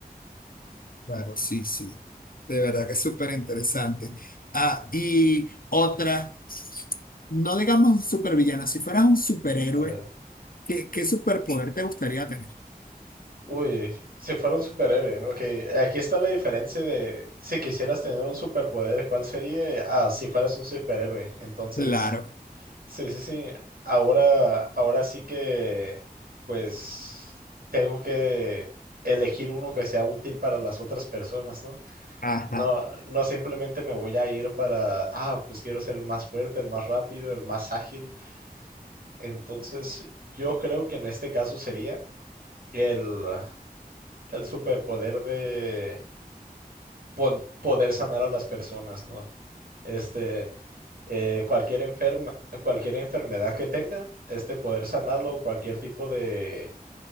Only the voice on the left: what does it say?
Claro, sí, sí. De verdad que es súper interesante. Ah, y otra, no digamos supervillano, si fueras un superhéroe,
¿qué, qué superpoder te gustaría tener?
Claro,
ajá.